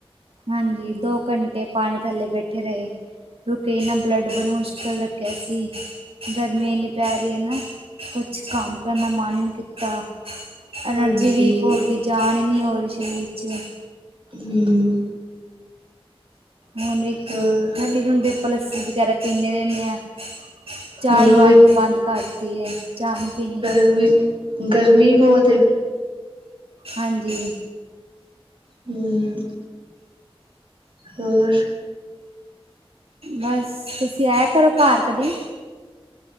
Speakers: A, on the right; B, on the right.
A: ਹਾਂਜੀ, ਦੋ ਘੰਟੇ ਪਾਣੀ ਥੱਲੇ ਬੈਠੇ ਰਹੇ, ਰੁ ਕੇ ਈ ਨਾ ਬਲੱਡ, ਬੜੀ ਮੁਸ਼ਕਲ ਰੱਕਿਆ ਸੀ, ਗਰਮੀ ਏਨੀ ਪੈ ਰੀ ਏ ਨਾ। ਕੁਛ ਕੰਮ ਕਰਨ ਦਾ ਮਨ ਨੀ ਕੀਤਾ, ਅਲਰਜੀ
B: ਹਾਂਜੀ
A: ਵੀ ਇੱਕ ਹੋਗੀ। ਜਾਣ ਈ ‌ਨੀ ਹੋਰੀ, ਸ਼ਰੀਰ'ਚ।
B: ਹੂੰ।
A: ਹੁਨ ਇੱਕ,
B: ਹੋਰ
A: ਠੰਡੀ-ਠੰਡੀ ਅਪਾ ਲੱਸੀ ਵਗੈਰਾ ਪੀਂਨੇ ਰੇਂਨੇ ਆ। ਚਾਯ
B: ਹਮ
A: ਮਾਨ ਬਾਂਦ ਕਾਰਤੀ ਏ, ਚਾ ਨੀ ਪੀਨੀ।
B: ਫਿਰ ਵਿਚ ਗਰਮੀ ਬੋਤ ਏ।
A: ਹਾਂਜੀ।
B: ਹੂੰ, ਹੋਰ?
A: ਬਸ, ਤੁਸੀਂ ਆਇਆ ਕਰੋ, ਘਰ ਕਦੀ?